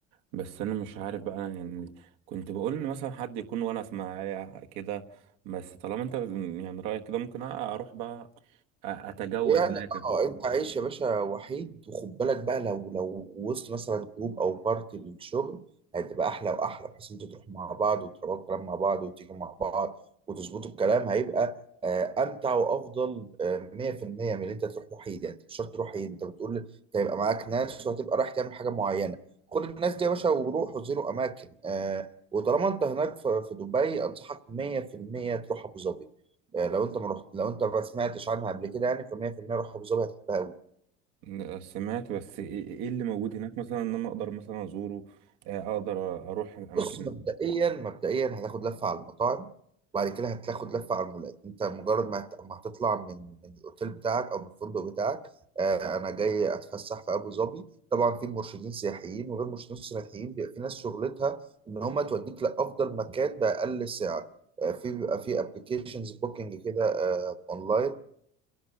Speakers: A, on the right (about 80°); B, on the right (about 20°).
A: بس انا مش عارف بقى أنا يعني كنت بقول ان مثلا حد يكون وانا معايا كده بس طالما انت يعني رأيك كده ممكن اروح بقى أ- اتجول
B: يعني
A: هناك
B: اه انت عايش يا باشا وحيد وخد بالك بقى لو لو وسط مثلا جروب او بارتي للشغل هتبقى احلى واحلى بحيث انتوا تروحوا مع بعض وتقعدوا الكلام مع بعض وتيجوا مع بعض وتظبطوا الكلام هيبقى آه، امتع وافضل آه، 100% من اللي انت تروح وحيد يعني انت مش شرط تروح وحيد انت بتقول انت هيبقى معاك ناس وهتبقى رايح تعمل حاجه معينه خد الناس دي يا باشا وروح وزيروا اماكن آه، وطالما انت هناك في في دبي انصحك 100% تروح ابو ظبي آه، لو انت ما رحت لو انت ما سمعتش عنها قبل كده يعني ف 100% روح ابو ظبي هتحبها قوي
A: آه، سمعت بس ايه إيه إيه اللي موجود هناك مثلا ان انا اقدر مثلا ازوره آه، اقدر اروح الاماكن
B: بص مبدئيا مبدئيا هتاخد لفه على المطاعم وبعد كده هتاخد لفه على المولات انت مجرد ما هت- ما هتطلع من من الاوتيل بتاعك او من الفندق بتاعك آه، انا جاي اتفسح في ابو ظبي طبعا في مرشدين سياحيين وغير مرشدين سياحيين بيبقى في ناس شغلتها ان هم توديك لافضل مكان باقل سعر آه، في بيبقى في ابلكيشنز بوكينج كده آه، اونلاين